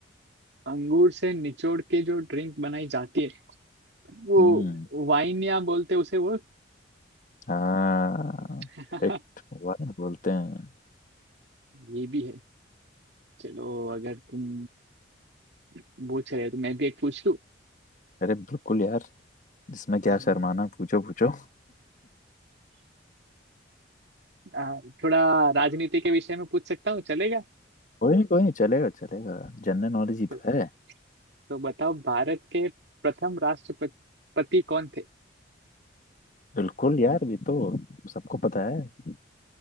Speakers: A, on the right; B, on the left.
A: अंगूर से निचोड़ के जो ड्रिंक बनाई जाती है वो
B: हम्म
A: वाइन या बोलते हैं उसे वो
B: हाँ
A: <laughs>
B: करेक्ट वाह बोलते हैं
A: ये भी है चलो अगर तुम पूछ रहे हो तो मैं भी एक पूछ लूं
B: अरे बिल्कुल यार इसमें क्या
A: अम्म,
B: शर्माना पूछो पूछो
A: आ, थोड़ा राजनीति के विषय में पूछ सकता हूँ चलेगा
B: कोई नहीं कोई नहीं चलेगा चलेगा जनरल नॉलेज ही
A: तो,
B: तो है
A: तो बताओ भारत के प्रथम राष्ट्रपति कौन थे
B: बिल्कुल यार ये तो सबको पता है